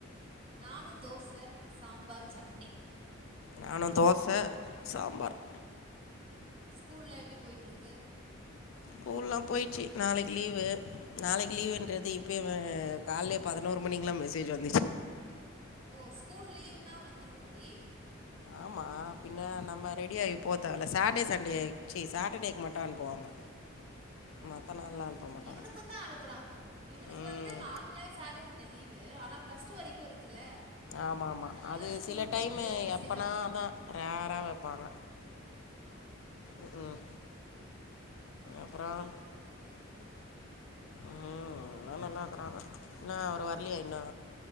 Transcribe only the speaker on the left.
நானு‌ தோச சாம்பார்
ஸ்கூல்லா போயிச்சு நாளைக்கு லீவு நாளைக்கு லீவுன்றது இப்பயே அ கால்லே பதினோரு மணிக்கெல்லா மெசேஜ் வந்துச்சு
ஆமா பின்ன நம்ம ரெடி ஆயி போதேவல்ல சாட்டே சண்டே ச்சீ சாட்டடேக்கு மட்டு அனுப்புவாங்க
மற்ற நாள்லாம் அனுப்ப மாட்டாங்க
ம்
ஆமா ஆமா
அது
சில டைம்
அப்பனா
அதா ரேரா வப்பாங்க
ம் ம்
அப்புறம்
ம் அதலா நல்லா இருக்குறாங்க என்ன அவரு வரலயா இன்னூ